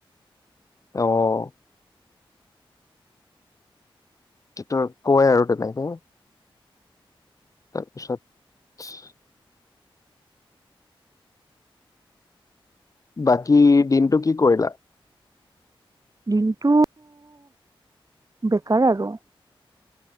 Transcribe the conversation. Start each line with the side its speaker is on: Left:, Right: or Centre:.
Left: অ', <unintelligible> কয় আৰু তেনেকে। তাৰপিছত। বাকী দিনটো কি কৰিলা?
Right: দিনটো বেকাৰ আৰু।